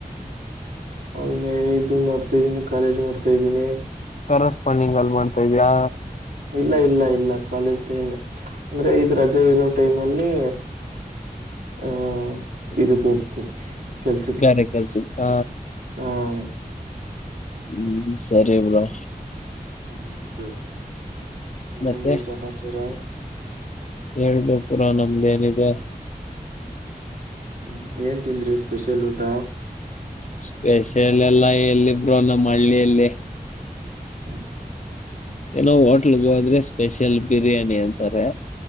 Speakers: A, on the right; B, on the left.
A: ಹಂಗೆ ಇದು ಮಾಡ್ತಾ ಇದಿದ್ದೀನಿ ಕಾಲೇಜ್ ಮಾಡ್ತಾ ಇದ್ದೀನಿ
B: ಕರಸ್ಪ್ಣಿಂಗಲ್ ಮಾಡ್ತಾ ಇದ್ಯಾ
A: ಇಲ್ಲ ಇಲ್ಲ ಇಲ್ಲ ಕಾಲೇಜ್ ಟೈಮ್ ಅಂದ್ರೆ ಇದ ರಜೆ ಇರೋ ಟೈಮ್ ಅಲ್ಲಿ ಹ್ಮ ಇದಕ್ಕೆ ಹೋಗ್ತೇನನೆ ಕೆಲ್ಸಕ್ಕೆ
B: ಗಾರೆ ಕೆಲ್ಸ ಹ
A: ಹ್ಮ
B: ಹ್ಮ್ ಸರಿ ಬ್ರೋ
A: ಹ್ಮ ಸರಿ
B: ಮತ್ತೆ
A: ಏನ್ರೀ ಸಮಾಚಾರ
B: ಹೇಳ್ಬೇಕು ಬ್ರೋ ನಮ್ದೇಏನಿದೆ
A: ಹ್ಮ ಏನ್ ತಿಂದ್ರಿ ಸ್ಪೆಷಲ್ ಊಟ
B: ಸ್ಪೆಷಲ್ ಎಲ್ಲ ಎಲ್ಲಿಬ್ರು ನಮ್ಮ ಹಳ್ಳಿಯಲ್ಲಿ
A: ಹ್ಮ್
B: ಏನೋ ಹೋಟ್ಲ್ಗೆ ಹೋದ್ರೆ ಸ್ಪೆಷಲ್ ಬಿರಿಯಾನಿ ಅಂತಾರೆ